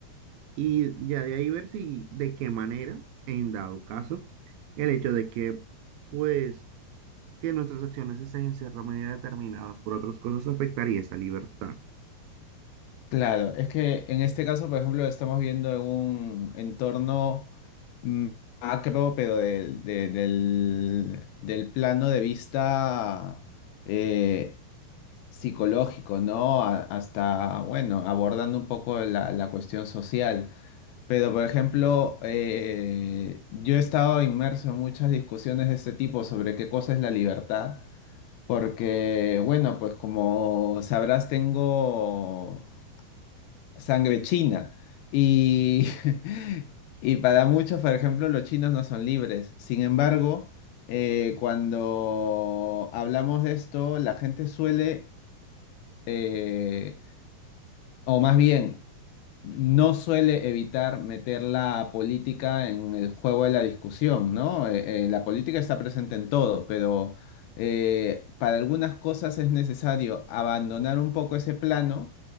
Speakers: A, on the right (about 75°); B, on the left (about 80°).
A: y ya de ahí ver si, de qué manera, en dado caso, el hecho de que, pues, que nuestras acciones estén en cierta medida determinadas por otras cosas afectaría esa libertad.
B: Claro, es que en este caso, por ejemplo, estamos viendo un entorno mm, macro, pero del de- del, del plano de vista eh, psicológico, ¿no? A- hasta, bueno, abordando un poco la, la cuestión social. Pero, por ejemplo, eh, yo he estado inmerso en muchas discusiones de este tipo sobre qué cosa es la libertad, porque, bueno, pues como sabrás, tengo sangre china. Y, <laughs> y para muchos, por ejemplo, los chinos no son libres. Sin embargo, eh, cuando hablamos de esto, la gente suele, eh, o más bien, no suele evitar meter la política en el juego de la discusión, ¿no? Eh, eh, la política está presente en todo, pero eh, para algunas cosas es necesario abandonar un poco ese plano